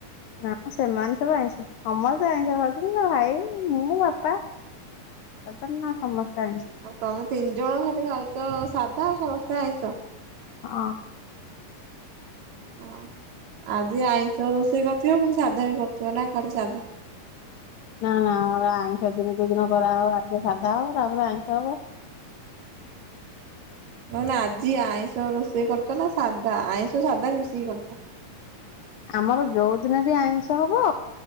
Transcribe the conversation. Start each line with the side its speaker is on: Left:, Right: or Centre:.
Left: ନା ସେମାନେ ସବୁ ଆଇଁଷ ସମସ୍ତେ ଆଇଁଷ ଖାଉଚନ୍ତି ଭାଇ ମୁଁ ବାପା <unintelligible> ନା ସମସ୍ତେ ଆଇଁଷ।
Right: ଆଉ ତମେ ତିନି ଜଣ ଖାଲି ଖାଉଚ ସାଧା ଆଉ ସମସ୍ତେ ଆଇଁଷ?
Left: ହଁ।
Right: ହଁ। ଆଜି ଆଇଁଷ ରୋଷେଇ କରିଥିବ, ପୁଣି ସାଧା ବି କରିଥିବ ନା ଖାଲି ସାଧା?
Left: ନା-ନା ଆମର ଆଇଁଷ ଦିନ ଯୋଉଦିନ କରାହବ ଆଗେ ସାଧା ହବ ତାପରେ ଆଇଁଷ ହବ।
Right: ନ-ନା ଆଜି ଆଇଁଷ ରୋଷେଇ କରିଚ ନା ସାଧା ଆଇଁଷ ସାଧା ମିଶିକି କରିଚ?
Left: ଆମର ଯୋଉଦିନ ବି ଆଇଁଷ ହବ